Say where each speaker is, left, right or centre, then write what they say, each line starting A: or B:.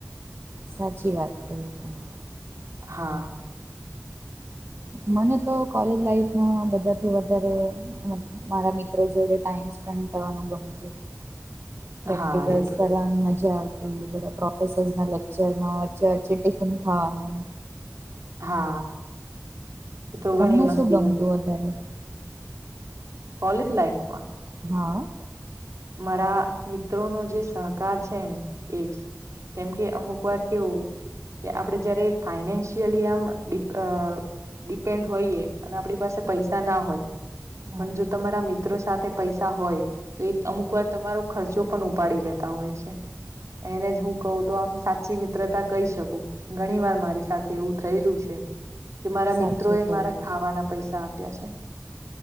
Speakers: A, on the right; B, on the right.
A: સાચી વાત કરિ તમે.
B: હા.
A: મને તો કોલેજ લાાઈફમાં બધાથી વધારે મારા મિત્રો જોડે ટાઈમ સ્પેન્ડ કરવાનું ગમતું પ્રેક્ટિકલ્સ
B: હા એ તો
A: કરવાની મજા આવતી. બધા પ્રોફેસર્સ ના લેક્ચરમાં વચ્ચે વચ્ચે ટિફિન ખાવાનું
B: હા. એ તો
A: તમને
B: ઘણી મસ્તી
A: શું ગમતું વધારે.
B: કોલેજ લાઈફમાં
A: હા.
B: મારા મિત્રોનો જે સહકાર છે ને એજ કેમ કે અમુક વાર કેવું કે આપણેે જયારે ફાઈનેન્શિયલી આમ ડીપ ડિપેન્ડ હોઈએ અને આપણી પાસે પૈસા ના હોય
A: હા,
B: પણ જો તમારા મિત્રો સાથે પૈસા હોય તો એ અમુક વાર તમારો ખર્ચો પણ ઉપાડી લેતા હોય છે. એને જ હું કઉું તો આમ સાચી મિત્રતા કહી શકું. ઘણી વાર મારી સાથે એવું થયેલું છે. કે મારા
A: સાચું
B: મિત્રો એ
A: કહ્યું
B: મારા ખાવાના પૈસા આપ્યા છે.